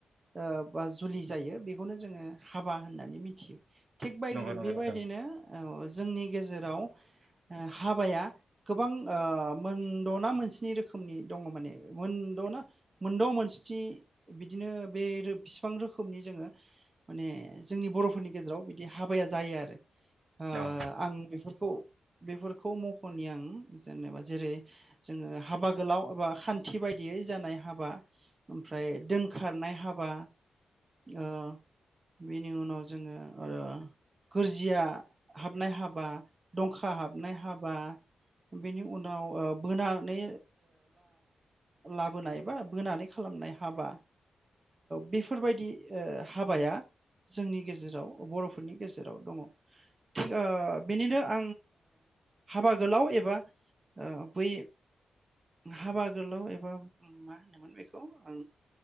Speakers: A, on the right (about 25°); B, on the right (about 50°).
A: ओ बा जुलि जायो बेखौनो जोङो हाबा होननानै मिथियो। थिग बदि
B: नंगौ नंगौ
A: बेबायदिनो
B: नोंथां
A: औ जोंनि गेजेराव ओ हाबाया गोबां मोनद'ना मोनस्नि रोखोमनि दङ माने मोनद'ना मोनद' मोनस्नि बिदिनो बे बिसिबां रोखोमनि जोङो माने जोंनि बर'फोरनि गेजेराव बिदि हाबाया जायो आरो ओ
B: औ
A: आं बेफोरखौ बेफोरखौ मख'नि आं जेनेबा जेरै जोङो हाबा गोलाव एबा खान्थि बायदियै जानाय हाबा, ओमफ्राय दोनखारनाय हाबा, ओ बेनि उनाव जोङो ओ गोरजिया हाबनाय हाबा, दं हखा हाबनाय हाबा, बेनि उनाव बोनानै लाबोनाय बा बोनानै खालामनाय हाबा बेफोरबायदि ओ हाबाया जोंनि गेजेराव बर'फोरनि गेजेराव दङ थिग बेनिनो ओ हाबा गोलाव एबा ओ बै हाबा गोलाव एबा मा होनोमोन बेखौ आं